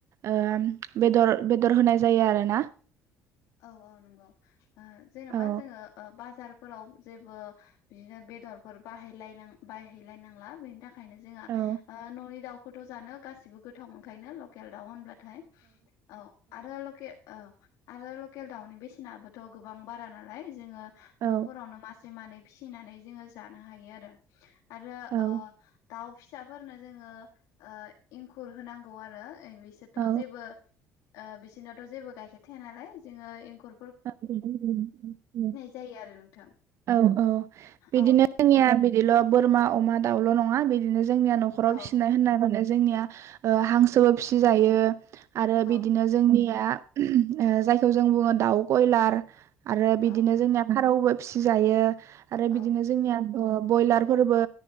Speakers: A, on the right; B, on the left.
A: ओ बेदर बेदर होनाय जायो आरोना।
B: औ औ नोंगौ। ओ जेनबा
A: औ
B: जोंङो बास थारफोराव जेबो बिदिनो बेदरफोर बाहाय बायहैलायनांला बेनि थाखाय नो जोंहा
A: औ
B: ननि दाउ फट जानो गासिबो गोथाव मोनखायोना लकेल। दाउ होनब्लाथाय औ आरो लखेल औ आरो लकेल दाउनि बेसेनाबोथ‌ गोबां बारा नालाय जोंङो
A: औ
B: नफोरावनो मास से मानै फिसिनानै जोंङो जानो हायो आरो। आरो
A: औ
B: अ दाउ फिसाफोरनो जोङो ओ इंखुर होनांगौ आरो। बिसोरथ'
A: औ
B: जेबो ओ बिसिनोथ' जेबो गायखे थाया नालाय जोङो एंखुर
A: <unintelligible>
B: जायो आरो नोंथां
A: औ औ बिदिनो
B: औ
A: जोंनिया बिदिल' बोरमा अमा दाउल' नङा ङा बिदिनो जो जोंनिया न'खराव
B: औ
A: फिसिनाय होननायखौनो जोंनिया ओ हांसोबो फिसिजायो आरो
B: औ
A: बिदिनो जोंनिया <unintelligible> ओ जायखौ जों बुङो दाउ बयलार आरो बिदिनो
B: औ
A: जोंनिया फारौबो फिसि जायो आरो
B: औ
A: बिदिनो जोंनिया ओ बयलार फोरबो